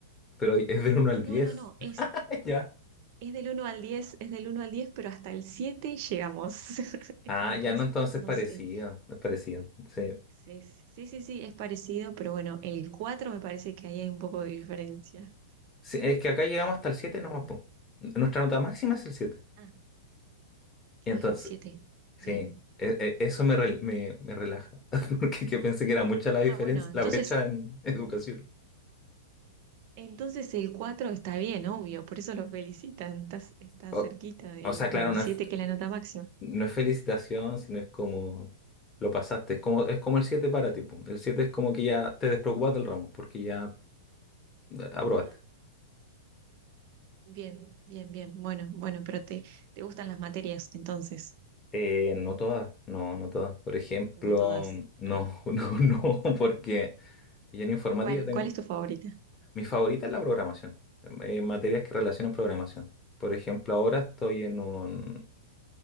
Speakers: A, on the left (about 20°); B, on the right (about 40°).
A: pero <laughs> es del uno al
B: no,
A: diez.
B: no, no,
A: <laughs>
B: es,
A: Ya.
B: es del uno al diez es del uno al diez pero hasta el 7 llegamos. <laughs> Es
A: Ah,
B: como
A: ya
B: que
A: no,
B: es,
A: entonces
B: no
A: parecido,
B: sé.
A: es parecido. Sí.
B: Sí, sí, sí, sí, es parecido, pero bueno, el 4 me parece que ahí hay un poco de diferencia.
A: Sí, es que acá llegamos hasta el
B: Eh,
A: 7, no, po. Nuestra nota máxima es el 7.
B: Ah,
A: Y entonces,
B: Ah, el siete,
A: sí,
B: Bien.
A: e- e- eso me, rel- me, me relaja, <laughs> porque que pensé que era mucha la diferencia,
B: Ah, bueno, entonces,
A: la brecha en educación.
B: entonces el 4 está bien, obvio, por eso lo felicitan. Estás, está
A: O,
B: cerquita del,
A: o sea, claro,
B: del
A: no
B: 7
A: es.
B: que es la nota máxima.
A: No es felicitación, sino es como lo pasaste. Es como, es como el 7 para ti. pum. El 7 es como que ya te despreocupas del ramo, porque ya eh, aprobaste.
B: Ah, Bien, bien, bien. Bueno, bueno, pero te, te gustan las materias, entonces,
A: Eh, no todas, no, no todas. Por ejemplo,
B: no todas.
A: no,
B: Ah,
A: <laughs> no, no, porque yo en informática
B: ¿cuál,
A: tengo,
B: cuál es tu favorita?
A: mi favorita es la programación, eh, materias que relacionan programación.
B: Ah,
A: Por ejemplo, ahora estoy en un,